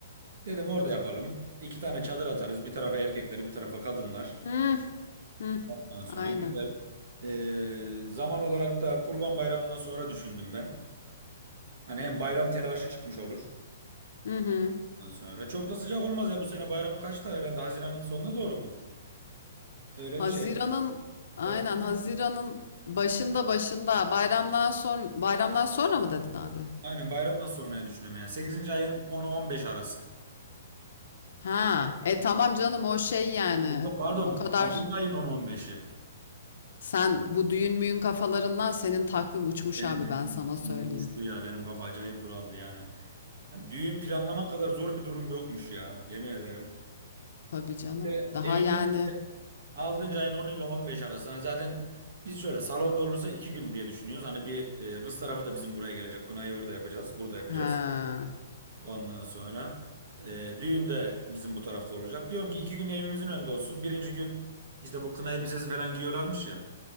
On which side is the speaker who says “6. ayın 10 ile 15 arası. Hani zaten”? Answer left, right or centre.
Right